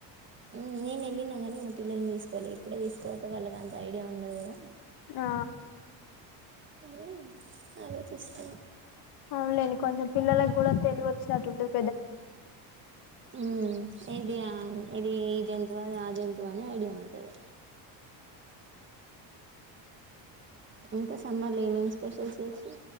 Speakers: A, on the right (about 25°); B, on the left (about 55°).
A: హమ్ నేను వెళ్ళినా కానీ మా పిల్లల్ని తీసుకుపోలే ఇప్పుడే తీసుకపోతే వాళ్ళకి అంత ఐడియా ఉండదు కదా
B: ఆ
A: అని అలోచిస్తున్నా
B: అవునలేండి కొంచెం పిల్లలకు కూడా తెలివి వచ్చినట్టు ఉంటుంది
A: ఉమ్ ఇది ఆ ఈ జంతువా ఆ జంతువు అనే ఐడియా ఉంటది ఇంకా సమ్మర్లు ఏమేమి స్పెషల్ చేసి